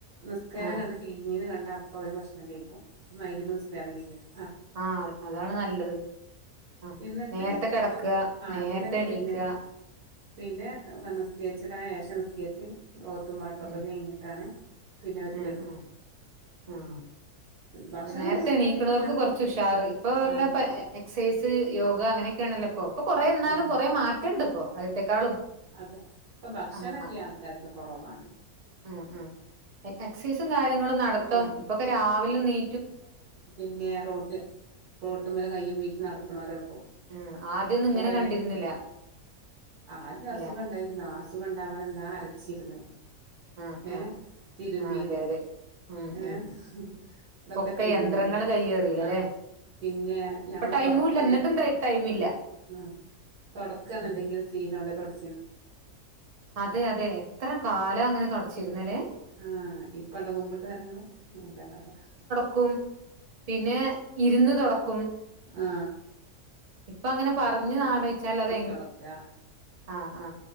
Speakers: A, on the right; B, on the right.
A: നിസ്കാരം
B: ആഹ്
A: കണ്ടണ്ട് കീന്ന് കണ്ട അപ്പൊ അവര് ഭക്ഷണം കഴിക്കും മ ഗിരിബ് നിസ്കാരം കഴിഞ്ഞിട്ട്
B: ആ അതാണ് നല്ലത് ആ
A: എന്നിട്ട്
B: നേരത്തെ കിടക്കുക
A: ആ
B: നേരത്തെ
A: എന്നിട്ട്
B: എണീക്കുക
A: പിന്നെ പിന്നെ സ്കെച്ച് സ്കെച്ച് ഓത്തും പാട്ടു
B: ഉം
A: ക്കെ കഴിഞ്ഞിട്ടാണ് പിന്നെ അവര്
B: ഉം
A: കെടുക്കും ഭക്ഷണം
B: ഉ നേരത്തെ എണീക്കുന്നവർക്ക്
A: കഴിക്ക
B: കൊറച്ച് തുഷാർ ഇപ്പ എല്ല
A: ആഹ്
B: എക്സസൈസ് യോഗ അങ്ങനെയൊക്കെയാണല്ലോപ്പോൊ ഇപ്പൊ കൊറേ എന്നാലും
A: ഉം
B: കുറേ മാറ്റുണ്ട് ഇപ്പൊ ആദ്യത്തെേക്കാളും
A: അതെ ഇപ്പൊ ഭക്ഷണല്ലേ
B: ആഹ്
A: ആൾക്കാർക്ക് കുറവാണ്
B: ആഹ് ആഹ് ആഹ് എക്സസൈസും കാര്യങ്ങളും
A: ആഹ്
B: നടത്തും
A: ആഹ്
B: ഇപ്പൊക്കെ രാവിലും നീ
A: പിന്നെ റോട്ട് റോട്ട് മേല് കയ്യും വീശി നടക്കുന്നവരേ ഉള്ളൂ
B: ആഹ് ആദ്യൊന്നും
A: കൊറ
B: ഇങ്ങനെ കണ്ടിരുന്നില്ല
A: ആദ്യം
B: ഇല്ല
A: അസുഖം ഉണ്ടായിരുന്നു ആ സുഖണ്ട അവന് എന്താ അരച്ചിരുന്ന
B: ആഹ്
A: ഏഹ്
B: ആഹ്
A: തിരുമ്പീന്ന്
B: ആഹ് അതെ അതെ ഉം
A: ഏഹ്
B: ഉം
A: ഇതൊക്ക
B: ഒക്കെ
A: ചെയ്തിനല്ലേ
B: യന്ത്രങ്ങൾ കയ്യേറിയില്ലല്ലെ
A: ആഹ പിന്നെ ഞമ്മൾ
B: ഇപ്പൊ ടൈമും
A: തുടക്ക
B: ഇല്ല എന്നിട്ടും
A: ന്ന
B: ടൈമില്ല
A: ആ തുടക്കാന്നുണ്ടെങ്കിൽ
B: ഉം
A: ശീലം കൊണ്ട് തുട
B: അതെ അതെ എത്ര കാലം അങ്ങനെ തുടച്ചിരുന്നല്ലേ
A: ആ ഇപ്പണ്ട കുമ്പിട്ട് നരങ്ങണെ നല്ല കഥ
B: ക്കും പിന്നെ ഇരുന്ന് തോടക്കും
A: ആ
B: ഇപ്പ അങ്ങനെ പറഞ്ഞു ആലോചിച്ചാൽ അത്ഹെ ങ്ങ
A: തൊടക്ക
B: അ അ